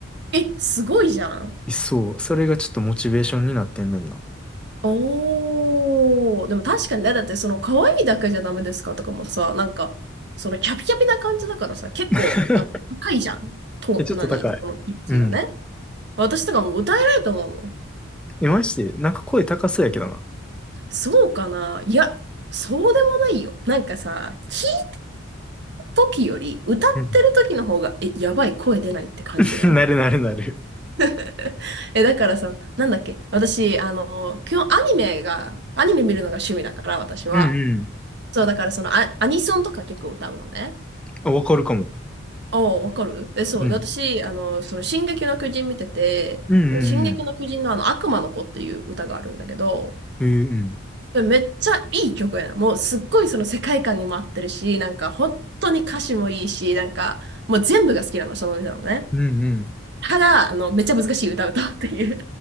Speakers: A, on the right; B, in the centre.
A: え、すごいじゃん。
B: そう、それがちょっとモチベーションになってんねんな。
A: おー、でも確かにね、だってその可愛いだけじゃダメですかとかもさ、なんか、そのキャピキャピな感じだからさ、結構、
B: <laughs>
A: なんか高いじゃん。と、
B: え、ちょっと高い。
A: 何そのピッチがね。
B: うん。
A: 私とかも歌えないと思うもん。
B: え、まして、なんか声高そうやけどな。
A: そうかないや、そうでもないよ。なんかさ、聞いた時より歌ってる時の方が、
B: うん。
A: え、やばい声出ないって感じない
B: <laughs> なるなるなる。
A: <laughs> え、だからさ、なんだっけ、私、あの、基本アニメが、アニメ見るのが趣味だから、私は。
B: うんうん。
A: そう、だからそのア、アニソンとか結構歌うのね。
B: あ、わかるかも。
A: ああ、わかるえ、そう。
B: うん。
A: で私、あの、その、進撃の巨人見てて、
B: うんうんうん。
A: その進撃の巨人のあの、悪魔の子っていう歌があるんだけど、
B: うんうん。
A: それめっちゃいい曲やな。もう、すっごいその世界観にも合ってるし、なんか、本当に歌詞もいいし、なんか、もう全部が好きなの、その歌のね。
B: うんう
A: ただ、あの、めっちゃ難しい歌を歌うっていう